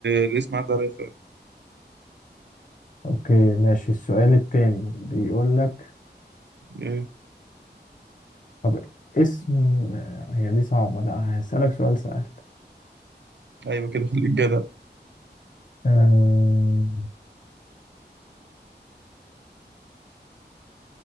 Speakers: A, on the right; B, on the left.
A: الاسم عدى عليا فعلا
B: أوكي ماشي السؤال التاني بيقول لك
A: إيه.
B: طب اسم آه، هي دي صعبة لا هسألك سؤال سهل
A: ايوه كده خليك جدع
B: آم،